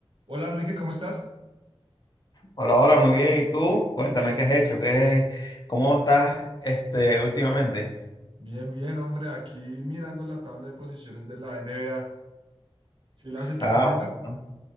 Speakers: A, on the right; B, on the left.
A: Hola Enrique, ¿cómo estás?
B: Hola, hola, muy bien. ¿Y tú? Cuéntame, ¿qué has hecho? ¿Qué, cómo estás este, últimamente?
A: Bien, bien, hombre, aquí mirando la tabla de posiciones de la NBA. ¿Sí las estás
B: Ah,
A: siguiendo?
B: bueno.